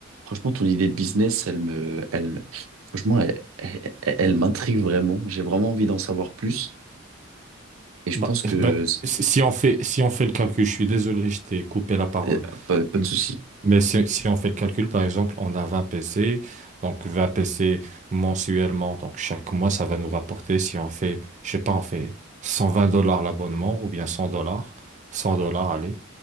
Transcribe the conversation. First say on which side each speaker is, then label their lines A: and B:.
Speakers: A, on the right (about 80°); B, on the right (about 35°).
A: franchement, ton idée de business, elle me, elle, franchement, elle, elle, elle m'intrigue vraiment. J'ai vraiment envie d'en savoir plus. Et je
B: Bah,
A: pense que
B: bah si si on fait, si on fait le calcul, je suis désolé, je t'ai coupé la parole.
A: eh, pas, pas
B: M-
A: de souci.
B: Mais si, si on fait le calcul, par exemple, on a 20 PC, donc 20 PC mensuellement, donc chaque mois, ça va nous rapporter, si on fait, je sais pas, on fait 120 dollars l'abonnement ou bien 100 dollars, 100 dollars, allez,